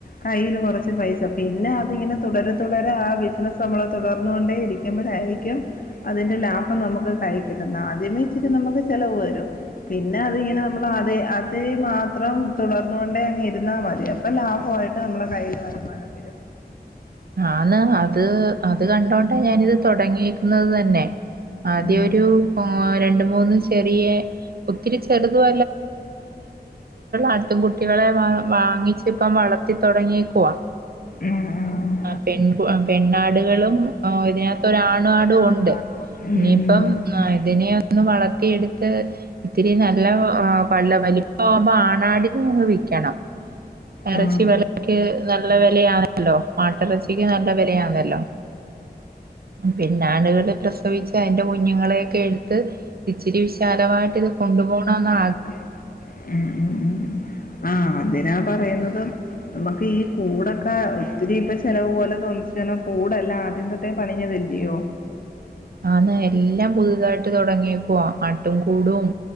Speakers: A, on the left; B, on the right.
A: കയ്യില് കൊറച്ച് പൈസ പിന്നെ അതിങ്ങനെ തുടരെ തുടരെ ആ ബിസിനസ് നമ്മള് തുടർന്നു കൊണ്ടേ ഇരിക്കുമ്പോഴായിരിക്കും അതിന്റെ ലാഭം നമുക്ക് കൈ കിട്ടുന്നെ ആദ്യമേ ഇച്ചിരി നമുക്ക് ചെലവ് വരും പിന്നെ അതിങ്ങനെ നമ്മള് അതെ അ തിൽ മാത്രം തുടർന്നുകൊണ്ടേങ്ങി രുന്നാ മതി അപ്പൊ ലാഭമായിട്ട് നമ്മുടെ കയ്യില് വരുമാനം വരും
B: ആന്ന് അത് അത് കണ്ടോണ്ട ഞാനിത് തുടങ്ങിയേക്കുന്നത് തന്നെ ആദ്യ
A: ഉം
B: ഒരു രണ്ടുമൂന്ന് ചെറിയ ഒത്തിരി ചെറുതുവ ആട്ടിൻകുട്ടികളെ വാ വാങ്ങിച്ച് ഇപ്പം വളർത്തി തൊടങ്ങിയേക്കുവാ.
A: <unintelligible> ഉം ഉം
B: പെൺകു പെണ്ണാടുകളും ഇതിനകത്ത് ഒരാണാടും
A: ഉം
B: ഒണ്ട്
A: ഉം
B: ഇനിയിപ്പം
A: ഉം
B: ഇതിനെ ഒന്ന് വളർത്തിയെടുത്ത് ഇത്തിരി നല്ല ആ പല വലിപ്പാവുമ്പേ ആണാടിനെ അങ്ങ് വിക്കണം എറച്ചി
A: ഉം
B: വെലക്ക് നല്ല വെലയാണല്ലോ മാട്ടിറച്ചി നല്ല വിലയാണല്ലോ പിന്നെ ആടുകള് പ്രസവിച്ച അതിന്റെ കുഞ്ഞുങ്ങളെയൊക്കെ എടുത്ത് ഇച്ചിരി വിശാലായിട്ട് ഇത് കൊണ്ടുപോണോന്നാ
A: <unintelligible> ഉം ഉം ഉം ആ അതിനാ പറയുന്നതും നമുക്ക്
B: <unintelligible>
A: ഈ കൂടൊക്കെ ഒത്തിരി ഇപ്പൊ ചെലവ് പോലെ തോന്നിച്ചു കാരണം കൂടല്ല ആദ്യം തൊട്ടേ പണിഞ്ഞതല്ലയോ
B: ആന്ന് എല്ലാം പുതുതായിട്ട് തുടങ്ങിയേക്കുവ ആട്ടും കൂടും